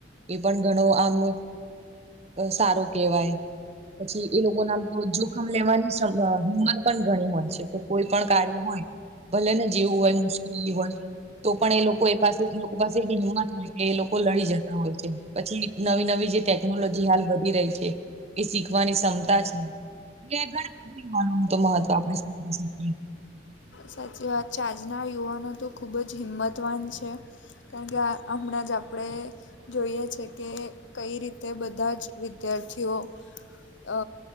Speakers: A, on the right; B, on the left.
A: એ પણ ઘણો આમનો અ સારું કેવાય પછી એ લોકો નામ તો જોખમ લેવાની સ હિંમત પણ ઘણી હોય છે, કે કોઈ પણ કાર્ય હોય ભલે ને જેવું હોય મુશ્કેલી હોય તો પણ એ લોકો એ પાસે એ લોકો પાસે એવી હિંમત હોય કે એ લોકો લડી જતા હોય છે. પછી નવી નવી જે ટેકનોલોજી હાલ વધી રહી છે. એ શીખવાની ક્ષમતા છે, એ ઘણા બધા યુવાનો તો મહત્વ આપે છે.
B: સાચી વાત છે, આજના યુવાનો તો ખૂબ જ હિંમતવાન છે. કારણ કે આ હમણાં જ આપણે જોઈએ છે, કે કઈ રીતે બધા જ વિદ્યાર્થીઓ અ